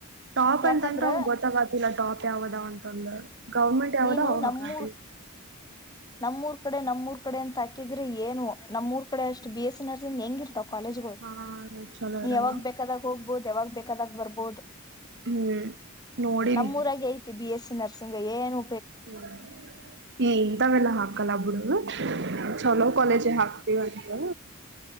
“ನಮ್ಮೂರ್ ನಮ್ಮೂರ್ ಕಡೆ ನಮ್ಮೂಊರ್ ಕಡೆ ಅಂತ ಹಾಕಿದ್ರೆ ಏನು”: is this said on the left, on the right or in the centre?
Left